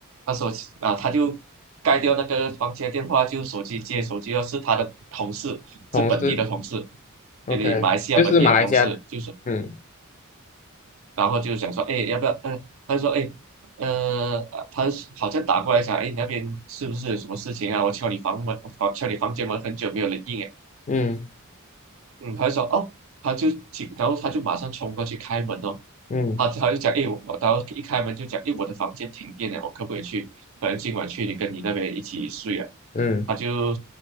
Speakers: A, on the right; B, on the left.
A: 他说：“啊，他就盖掉那个房间电话，就手机接手机，要是他的同事，
B: 同事
A: 是本地的同事，
B: ，OK，
A: 这里马来西亚本地的同事，
B: 就是马来西亚，
A: 就是
B: 嗯
A: 然后就想说，哎，要不要？嗯、他就说，哎，呃，他好像打过来想，哎，你那边是不是有什么事情啊？我敲你房门，我敲你房间门很久没有人应，
B: 嗯
A: 嗯，他就说哦，他就进，然后他就马上冲过去开门哦，
B: 嗯
A: 他他就讲，哎，我，然后一开门就讲，哎，我的房间停电了，我可不可以去？可能今晚去你跟你那边一起睡啊？
B: 嗯，
A: 他就